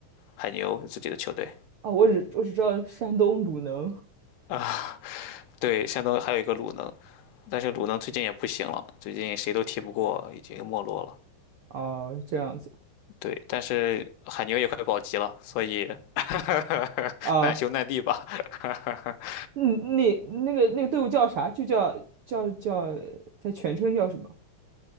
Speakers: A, on the left (about 75°); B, on the right (about 90°).
A: 海牛，有自己的球队
B: 啊，我只我只知道山东鲁能。
A: 啊。对，山东还有一个鲁能，但是鲁能最近也不行了，最近谁都踢不过，已经没落了。
B: 哦，这样子
A: 对，但是海牛也快保级了，所以 <laughs>
B: 啊，
A: 难兄难弟吧。<laughs>
B: 嗯，那那个那个队伍叫啥？就叫叫叫，它全称叫什么？